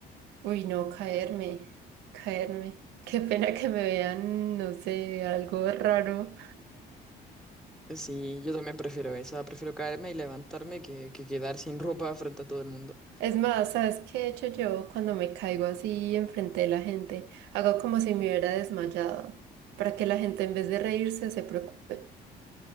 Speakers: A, on the right (about 90°); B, in the centre.
A: Uy, no, caerme, caerme. Qué pena que me vean, no sé, algo raro.
B: Sí, yo también prefiero esa, prefiero caerme y levantarme que, que quedar sin ropa frente a todo el mundo.
A: Es más, ¿sabes qué he hecho yo cuando me caigo así enfrente de la gente? Hago como si me hubiera desmayado, para que la gente en vez de reírse se preocupe.